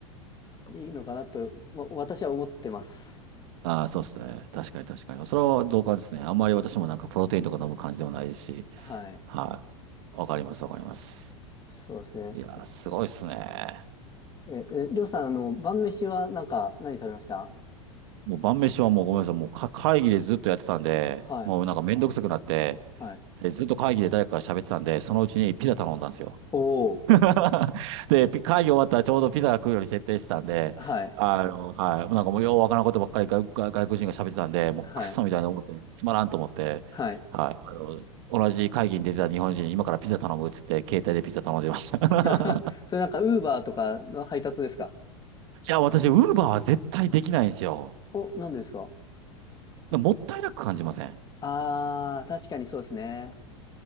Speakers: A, on the left; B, on the right.
A: いいのかなと、わ私は思ってます。
B: ああ、そうですね。確かに確かに。それは同感ですね。あんまり私もなんかプロテインとか飲む感じでもないですし。
A: はい。
B: はい。わかります、わかります。
A: そうですね。
B: いやー、すごいですね。
A: え、え、りょうさん、あの、晩飯はなんか何食べました
B: もう晩飯はもうごめんなさい。もうか会議でずっとやってたんで、
A: はい、
B: もうなんかめんどくさくなって、
A: はい。
B: でずっと会議で誰かが喋ってたんで、そのうちにピザ頼んだんですよ。
A: おー、
B: <laughs> で、ピ会議終わったらちょうどピザが来るように設定してたんで、
A: はい、
B: あの、はい。なんかもうようわからんことばっかり外、外外国人が喋ってたんで、もうクソみたいな思って、
A: はい、
B: つまらんと思って、
A: はい。
B: はい。あの、同じ会議に出てた日本人に今からピザ頼むっつって、携帯でピザ頼んでました。<laughs>
A: <laughs>
B: い
A: それなんか、ウーバーとかの配達ですか
B: や、私、ウーバーは絶対できないんですよ。
A: お、何ですか
B: もったいなく感じません。
A: あー、確かにそうですね。